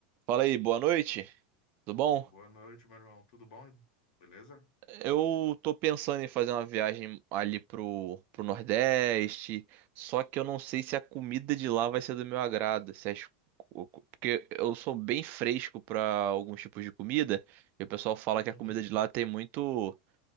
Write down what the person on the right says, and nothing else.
Fala aí, boa noite. Tudo bom?
Eu tô pensando em fazer uma viagem ali pro, pro Nordeste, só que eu não sei se a comida de lá vai ser do meu agrado. Se as- porque eu sou bem fresco pra alguns tipos de comida, e o pessoal fala que
a comida de lá tem muito,